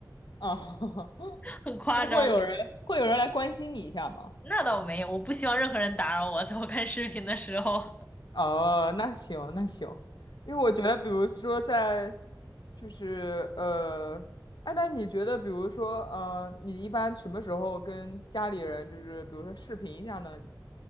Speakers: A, on the left; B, on the left.
A: 啊，<laughs>
B: 很夸张。
A: 那会有人会有人来关心你一下吗？
B: <laughs> 那倒没有，我不希望任何人打扰我，在我看视频的时候。
A: 哦，那行那行，因为我觉得，比如说在，就是呃，哎，那你觉得，比如说呃，你一般什么时候跟家里人，就是比如说视频一下呢？